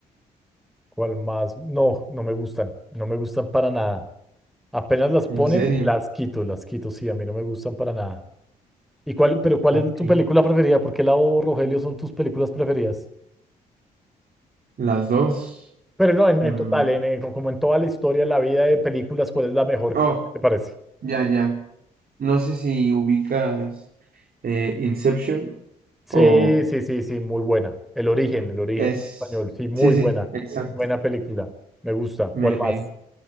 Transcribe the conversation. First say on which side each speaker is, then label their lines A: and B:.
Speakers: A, in the centre; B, on the right.
A: ¿Cuál más? No, no me gustan, no me gustan para nada. Apenas las
B: en
A: ponen,
B: serio,
A: las quito, las quito, sí, a mí no me gustan para nada. ¿Y cuál, pero cuál
B: ok,
A: es tu película preferida? ¿Por qué lado, Rogelio, son tus películas preferidas?
B: las dos.
A: Pero no, en, en
B: Mm.
A: total, en, en- como en toda la historia, la vida de películas, ¿cuál es la mejor
B: Oh,
A: que te parece?
B: ya, ya. No sé si ubicas eh, Inception
A: Sí,
B: o
A: sí, sí, sí, muy buena. El origen, el origen
B: es...
A: español, sí, muy
B: Sí, sí,
A: buena.
B: exacto.
A: Buena película, me gusta.
B: Me,
A: ¿Cuál más?
B: me,